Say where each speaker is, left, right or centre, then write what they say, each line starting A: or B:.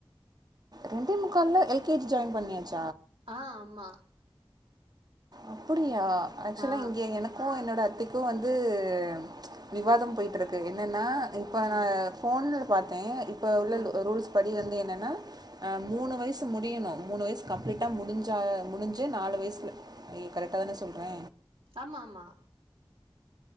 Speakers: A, on the right (about 45°); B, on the right (about 80°).
A: ரெண்டே முக்கால்ல எல் கே ஜி ஜாயின் பண்ணியாச்
B: ஆ ஆமா.
A: அப்படியா? யா ஆக்சுவலா
B: ஆ
A: இங்கே எனக்கு என்னோட அத்தைக் கு வந்து ம்ச் விவாதம் போய்ட்டுருக்கு என்னன்னா இப்ப
B: ம்
A: நா போன்ல பாத்தே இப் இப்ப உள்ள
B: ம்
A: லு ரூல்ஸ் பட் அப்டி வந்து என்னென்னா ஆ மூணு வயசு முடியணு மூணு வயசு கம்ப்ளீட்டா முடிஞ்சா முடிஞ்சு நாலு வயசில ஐயய்யோ கரெக்டா தான சொல்றே.
B: ஆமா ஆமா